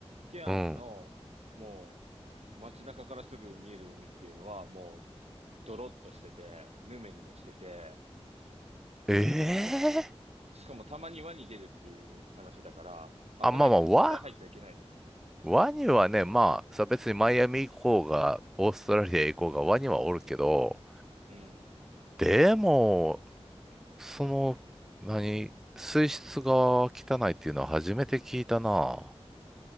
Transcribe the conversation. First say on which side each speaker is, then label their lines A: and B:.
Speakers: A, on the right (about 75°); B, in the centre.
A: ケアンズの、
B: うん。
A: もう、街中からすぐ見える海っていうのは、もう、ドロッとしてて、ヌメヌメしてて、
B: ええ
A: しかもたまに輪に出るっていう話だから、危ないから絶対入っちゃいけないのよ。
B: あ、まあまあ、ワ、ワニはね、まあ、さ、別にマイアミ行こうが、オーストラリア行こうが、ワニはおるけど、
A: うん。
B: でも、その、何、水質が汚いっていうのは初めて聞いたな。